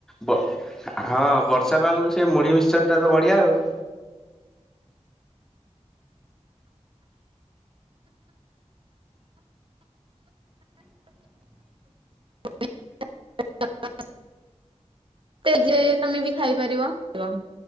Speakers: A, in the centre; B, on the right.
A: ବ ହଁ ବର୍ଷା ପାଗକୁ ସେ ମୁଢ଼ି ମିିକଶସରଟା ତ ବଢ଼ିଆ ଆଉ।
B: <unintelligible> ତେଜ ତମେ ବି ଖାଇପାରିବ। <unintelligible>